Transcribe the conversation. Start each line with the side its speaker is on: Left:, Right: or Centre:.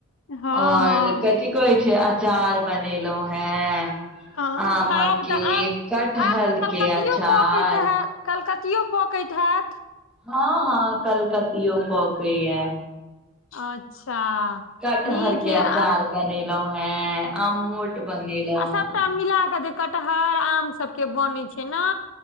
Left: हँ
Centre: ओर
Left: हँ
Centre: कथि कहै छै अचार बनेलहु हें
Left: आब
Centre: आमके
Left: तऽ आब
Centre: कटहलके
Left: आब तऽ कलकतियो
Centre: अचार
Left: पकैत हैत कलकतियो पकैत हैत
Centre: हँ हँ कलकतियो पहुकेत हैत
Left: अच्छा
Centre: कटहर
Left: नीक
Centre: के अचार
Left: या
Centre: बनेलहुं हैं अमूट बनेलहुँं
Left: आ सभटा
Centre: हैं
Left: मिला क दे कटहर आम सब के बनै छै ने